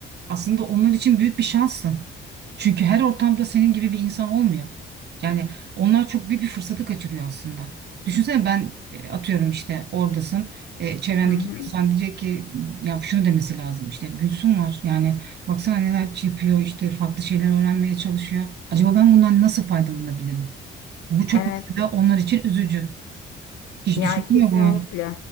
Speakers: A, on the right; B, on the left.
A: aslında onlar için büyük bir şanssın. Çünkü her ortamda senin gibi bir insan olmuyor. Yani onlar çok büyük bir fırsatı kaçırıyor aslında. Düşünsene ben e, atıyorum işte oradasın. E, çevrendeki
B: Hı hı.
A: insan diyecek ki ya şunu demesi lazım. İşte Gülsüm var. Yani baksana neler yapıyor. işte farklı şeyler öğrenmeye çalışıyor. Acaba ben bundan nasıl faydalanabilirim? Bu çok
B: Evet.
A: mesela onlar için üzücü. Hiç
B: Yani
A: düşündün
B: kesinlikle.
A: mü bunu?